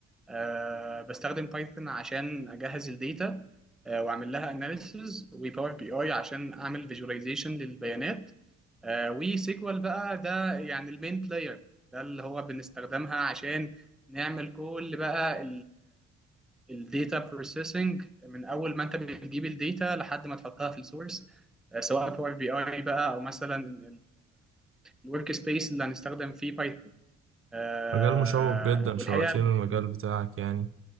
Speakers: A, in the centre; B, on the right (about 45°).
A: آه، بستخدم بايثون عشان اجهز الداتا آه، واعمل لها اناليسز وباور بي اي عشان اعمل فيجواليزيشن للبيانات وسيكوال بقى ده يعني المين بلاير ده اللي هو بنستخدمها عشان نعمل كل بقى الداتا بروسيسنج من اول ما انت بتجيب الداتا لحد ما تحطها في السورس سواء باور بي اي بقى او مثلا الورك سبيس اللي هنستخدم فيه بايثون آه،
B: مجال مشوق جدا
A: والحقيقه
B: شوقتني المجال بتاعك يعني